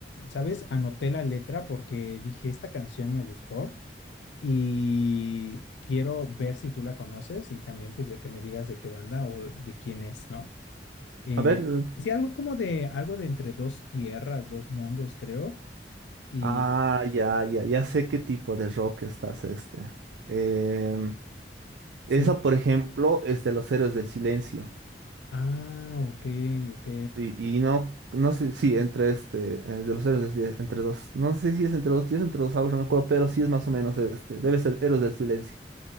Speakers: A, on the left; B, on the right.
A: ¿sabes? Anoté la letra porque dije, esta canción me gustó y quiero ver si tú la conoces y también pues de que me digas de qué banda o de quién es, ¿no? Eh,
B: A ver. eh,
A: sí, algo como de, algo de entre dos tierras, dos mundos, creo. Y
B: Ah, ya, ya, ya sé qué tipo de rock estás este. Em, esa,
A: sí,
B: por ejemplo, es de los Héroes del Silencio.
A: ah, ok, ok.
B: Y, y no, no sé, sí, entre este, eh, de los Héroes del Silencio, entre dos, no sé si es entre dos tíos, entre dos aguas, no me acuerdo, pero sí es más o menos este. Debe ser Héroes del Silencio.